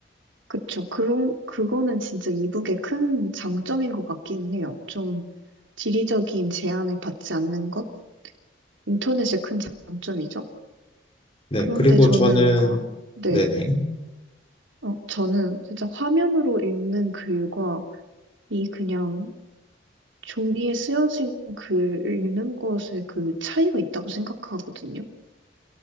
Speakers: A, on the right; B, on the left.
A: 그쵸. 그런, 그거는 진짜 이북의 큰 장점인 것 같긴 해요. 좀 지리적인 제한을 받지 않는 것? 인터넷의 큰 장점이죠.
B: 네,
A: 그런데
B: 그리고
A: 저는
B: 저는,
A: 뭔가, 네.
B: 네네.
A: 어, 저는 살짝 화면으로 읽는 글과 이 그냥 종이에 쓰여진 글 읽는 것의 그 차이가 있다고 생각하거든요.